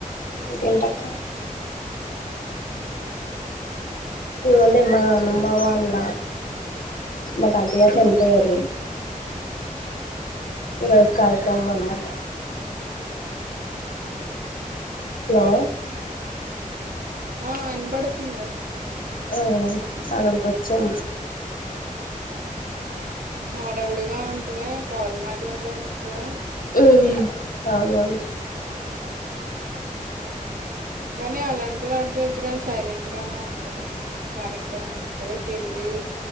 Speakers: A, on the left; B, on the right.
A: ఇంకేంటి అక్క ఏముంది మా అమ్మమ్మ వాళ్ళ మ తాతయా చనిపోయారు ఈరోజు కార్యక్రమం అన్నమాట హలో
B: ఆ వినపడుతంది
A: ఓ అక్కడికి వచ్చాం
B: హడావిడిగా ఉంటదే కాలు మాట్లాడటానికి కూడా
A: ఉహు అవును అవును
B: కానీ అలాంటి వాటి దగ్గ దగ్గర సైలెంట్ గానే ఉంటుంది కార్యక్రమం అదే పెళ్ళి